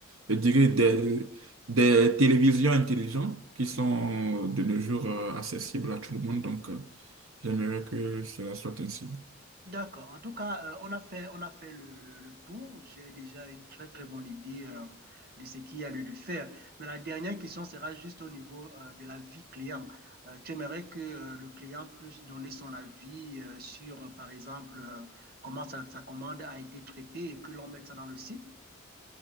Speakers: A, on the right; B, on the right.
A: je dirais des, des télévisions intelligentes qui sont de nos jours euh, accessibles à tout le monde. Donc, euh, J'aimerais que cela soit ainsi.
B: D'accord. En tout cas, euh, on a fait, on a fait le, le- le tour. J'ai déjà une très, très bonne idée euh, de ce qu'il y a lieu de faire. Mais la dernière question sera juste au niveau euh, de la vie client. Euh, tu aimerais que euh, le client puisse donner son avis euh, sur, euh, par exemple, euh, comment sa, sa commande a été traitée et que l'on mette ça dans le site?